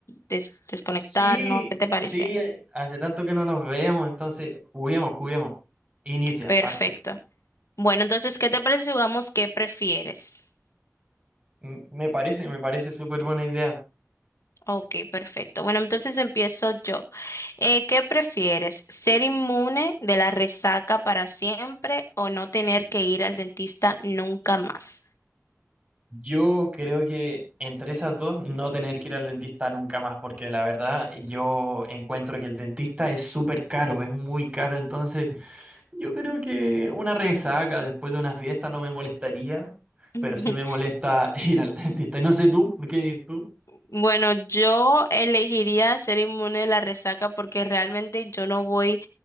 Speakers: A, on the left (about 65°); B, on the right (about 25°).
A: des- desconectarnos,
B: Sí,
A: ¿qué te parece?
B: sí, eh, hace tanto que no nos vemos, entonces juguemos, juguemos. Inicia,
A: Perfecto.
B: parte.
A: Bueno, entonces, ¿qué te parece si jugamos qué prefieres?
B: M- Me parece, me parece súper buena idea.
A: Ok, perfecto. Bueno, entonces empiezo yo. Eh, ¿qué prefieres? ¿Ser inmune de la resaca para siempre o no tener que ir al dentista nunca más?
B: Yo creo que entre esas dos no tener que ir al dentista nunca más, porque la verdad yo encuentro que el dentista es súper caro, es muy caro, entonces yo creo que una resaca después de una fiesta no me molestaría,
A: <laughs>
B: pero sí me molesta <laughs> ir al dentista. Y no sé tú, ¿qué tú?
A: Bueno, yo elegiría ser inmune de la resaca porque realmente yo no voy